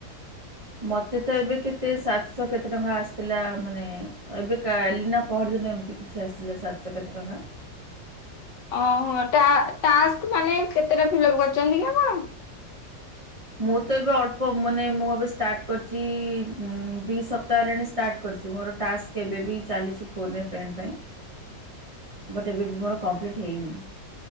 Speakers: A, on the right (about 25°); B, on the left (about 75°).
A: ମତେ ତ ଏବେ କେତେ ସାତଶହ କେତେ ଟଙ୍କା ଆସିଥିଲା ମାନେ ଏବେ କାଲି ନା ପରଦିନ। ପର୍ ଦିନ ଏମିତି କିଛି ଆସିଲା ସାତଶ କେତେ ଟଙ୍କା।
B: ହ ଓହୋ ଟା ଟାକ୍ସ ମାନେ କେତେଟା ଫିଲପ୍ କରିଛନ୍ତି କି ଆପଣ?
A: ମୁଁ ତ ଏବେ ଅଳ୍ପ ମାନେ ମୁଁ ଏବେ ଷ୍ଟାର୍ଟ କରିଚି ଦି ସପ୍ତା ହେଲାଣିଷ୍ଟାର୍ଟ କରିଚି। ମୋର ଟାକ୍ସ କେବେବି ଚାଲିଚି ଫୋନ୍ ଏ ଫ୍ରେଣ୍ଡ ପାଇଁ। ବଟ୍ ଏବେ ବି ମୋର କମ୍ପ୍ଲିଟ୍ ହେଇନି।